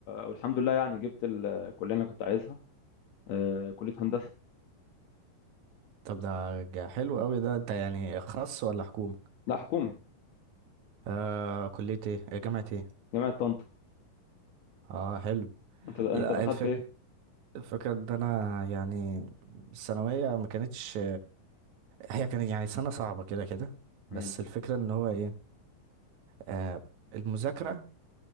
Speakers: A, on the left; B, on the right.
A: والحمد لله يعني جبت الكليه اللي انا كنت عايزها آه كليه هندسه
B: طب ده جا- حلو اوي ده انت يعني خاص ولا حكومة
A: لا حكومي
B: آه كلية ايه آه، جامعة ايه
A: جامعه طنطا
B: اه حلو
A: انت انت
B: لا
A: دخلت
B: الفكرة
A: ايه
B: الفكرة ان انا يعني الثانوية ما كانتش هي كانت يعني سنة صعبة كده كده بس
A: مم.
B: الفكرة ان هو ايه آه، المذاكرة